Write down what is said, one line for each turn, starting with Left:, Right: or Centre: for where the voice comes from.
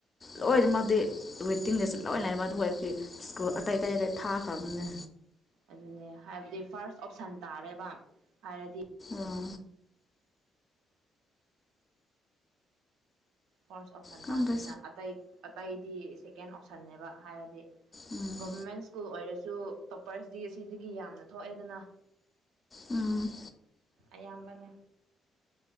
Left: ꯂꯣꯢꯅꯃꯗꯤ
Right: ꯎꯝ
Left: ꯋꯦꯇ ꯇꯤꯡꯗ ꯆꯠꯂ ꯂꯣꯏ ꯂꯩꯕ ꯑꯗꯨꯕꯨ ꯑꯦꯄ꯭ꯂꯤ ꯁ꯭ꯀꯨꯜ
Right: ꯎꯝ
Left: ꯑꯇꯩ ꯑꯇꯩꯗ ꯊꯥ ꯐꯕꯅꯦ
Right: ꯑꯗꯨꯅꯦ ꯍꯥꯏꯕꯗꯤ ꯐꯥꯔꯁ ꯑꯣꯞꯁꯟ ꯇꯥꯔꯦꯕ ꯍꯥꯏꯔꯗꯤ
Left: ꯑꯣ
Right: ꯐꯥꯔꯁ ꯑꯣꯞꯁꯟ
Left: ꯈꯪꯗꯦ
Right: ꯇꯥꯕꯅꯤꯅ ꯑꯇꯩ ꯑꯇꯩꯗꯤ ꯁꯦꯀꯦꯟ ꯑꯣꯞꯁꯟꯅꯦꯕ ꯍꯥꯏꯔꯗꯤ
Left: ꯎꯝ
Right: ꯒꯣꯚꯔꯃꯦꯟ ꯁ꯭ꯀꯨꯜ ꯑꯣꯏꯔꯁꯨ ꯇꯣꯄꯔꯁꯗꯤ ꯑꯁꯤꯗꯒꯤ ꯌꯥꯝꯅ ꯊꯣꯛꯑꯦꯗꯅ
Left: ꯎꯝ
Right: ꯑꯌꯥꯝꯕꯅꯦ